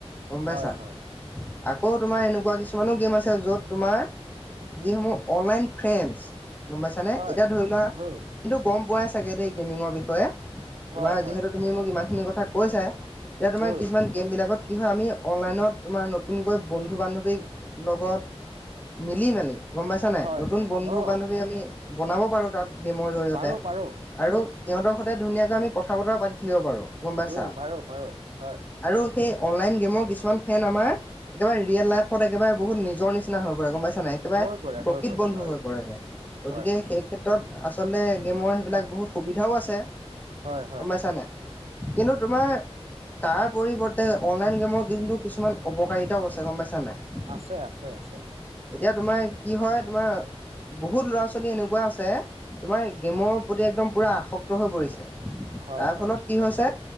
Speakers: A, on the left; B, on the right.
A: গম পাইছা,
B: হয় হয়
A: আকৌ তোমাৰ এনেকুৱা কিছুমানো গেম আছে য'ত তোমাৰ যিসমূহ অনলাইন ফ্ৰেণ্ডচ, গম পাইছানে,
B: হয়
A: এতিয়া
B: হয়
A: ধৰি লোৱা
B: উম
A: কিন্তু গম পোৱাই চাগে দেই গেমিঙৰ বিষয়ে,
B: হয়
A: তোমাৰ যিহেতু
B: হয়
A: তুমি মোক ইমানখিনি কথা কৈছাই। এতিয়া তোমাৰ
B: উম
A: কিছুমান গেমবিলাকত কি হয়, আমি অনলাইনত তোমাৰ নতুনকৈ বন্ধু বান্ধৱীৰ লগত মিলি মেলি গম পাইছা নাই,
B: হয়
A: নতুন
B: হয়
A: বন্ধু
B: অ
A: বান্ধৱী আমি বনাব পাৰো তাত। গেমৰ জৰিয়তে,
B: পাৰো পাৰো
A: আৰু সিহঁতৰ সৈতে ধুনীয়াকৈ আমি কথা বতৰা পাতি থাকিব পাৰোঁ। গম পাইছা
B: উম', পাৰো পাৰো হয়।
A: আৰু সেই অনলাইন গেমৰ কিছুমান ফ্ৰেণ্ড আমাৰ একেবাৰে ৰিয়েল লাইফত একেবাৰে বহুত নিজৰ নি হৈ পৰে গম পাইছা নাই, একেবাৰে
B: হৈ পৰে
A: প্ৰকৃত
B: হৈ পৰে
A: বন্ধু
B: হয়
A: হৈ পৰেগে, গতিকে
B: হয়
A: সেই ক্ষেত্ৰত আচলতে গেমৰ সেইবিলাক বহুত সুবিধাও আছে,
B: হয় হয়।
A: গম পাইছা নাই? কিন্তু তোমাৰ তাৰ পৰিৱৰ্তে অনলাইন গেমৰ কিন্তু কিছুমান অপকাৰিতাও আছে, গম পাইছা নাই?
B: আছে আছে আছে
A: এতিয়া তোমাৰ কি হয় তোমা বহুত ল'ৰা-ছোৱালী এনেকুৱা আছে, তোমাৰ গেমৰ প্ৰতি একদম পুৰা আসক্ত হৈ পৰিছে।
B: হয়
A: তাৰ
B: হয়
A: ফলত কি হৈছে,